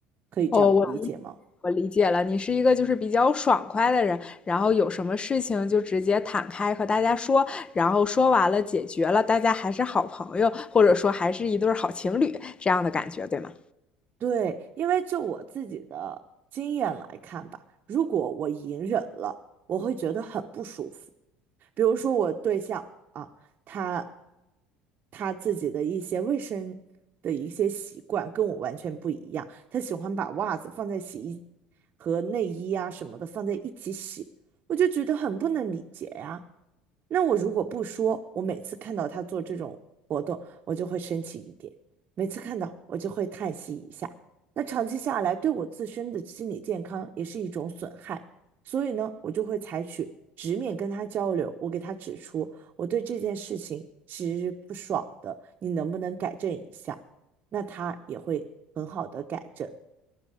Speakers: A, on the right; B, on the left.
A: 可以这样理解吗？
B: 哦，我理我理解了，你是一个就是比较爽快的人，然后有什么事情就直接坦开和大家说，然后说完了解决了，大家还是好朋友，或者说还是一对好情侣这样的感觉，对吗？
A: 对，因为就我自己的经验来看吧，如果我隐忍了，我会觉得很不舒服。比如说我对象啊，他他自己的一些卫生的一些习惯跟我完全不一样，他喜欢把袜子放在洗衣和内衣啊什么的放在一起洗，我就觉得很不能理解呀。那我如果不说，我每次看到他做这种活动，我就会生气一点；每次看到，我就会叹息一下。那长期下来，对我自身的心理健康也是一种损害。所以呢，我就会采取直面跟他交流，我给他指出我对这件事情其是不爽的，你能不能改正一下？那他也会很好的改正。